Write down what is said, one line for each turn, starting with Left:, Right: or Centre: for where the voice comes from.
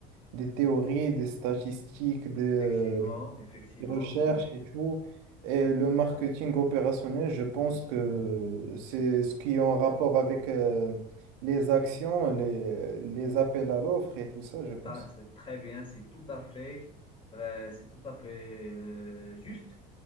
Right: des théories, des statistiques, des,
Left: Effectivement, effectivement,
Right: des recherches et tout. Et le marketing opérationnel, je pense que c'est ce qui est en rapport avec euh, les actions, les, les appels à l'offre et tout ça, je
Left: c'est
Right: pense.
Left: ta- c'est très bien, c'est tout à fait, euh, c'est tout à fait euh, juste.